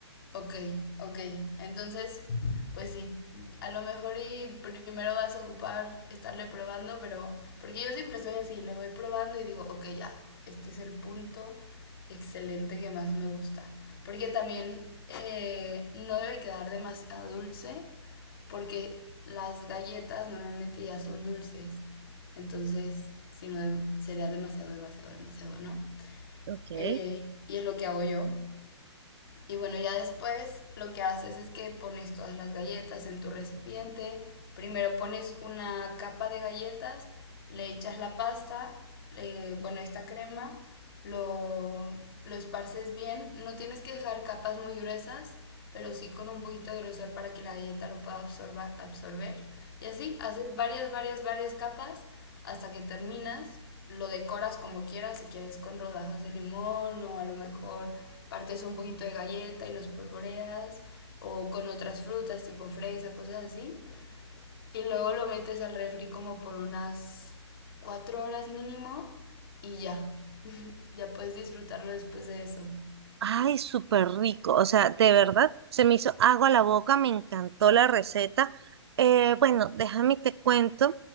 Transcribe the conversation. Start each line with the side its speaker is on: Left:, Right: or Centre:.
Left: Ok, ok. Entonces, pues sí, a lo mejor y primero vas a ocupar estarle probando, pero porque yo siempre soy así, le voy probando y digo, ok, ya, este es el punto excelente que más me gusta. Porque también eh, no debe quedar demasiado dulce, porque las galletas normalmente ya son dulces. Entonces, si no, de- sería demasiado, demasiado, demasiado, ¿no?
Right: Ok.
Left: Eh, y es lo que hago yo. Y bueno, ya después lo que haces es que pones todas las galletas en tu recipiente. Primero pones una capa de galletas, le echas la pasta, eh, bueno, esta crema, lo, lo esparces bien. No tienes que dejar capas muy gruesas, pero sí con un poquito de grosor para que la galleta lo pueda absorba- absorber. Y así, haces varias, varias, varias capas hasta que terminas, lo decoras como quieras, si quieres con rodajas de limón o a lo mejor partes un poquito de galleta y los polvoreas o con otras frutas tipo fresa, cosas así. Y luego lo metes al refri como por unas cuatro horas mínimo y ya. <laughs> ya puedes disfrutarlo después de eso.
Right: Ay, súper rico. O sea, de verdad, se me hizo agua a la boca, me encantó la receta. Eh, bueno, déjame te cuento,